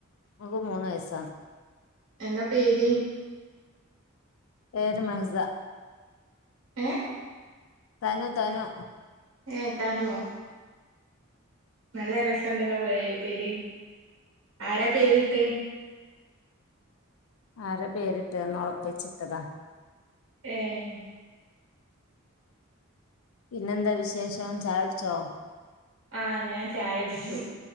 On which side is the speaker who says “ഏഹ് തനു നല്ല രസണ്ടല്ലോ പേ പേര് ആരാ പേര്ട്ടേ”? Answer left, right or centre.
Right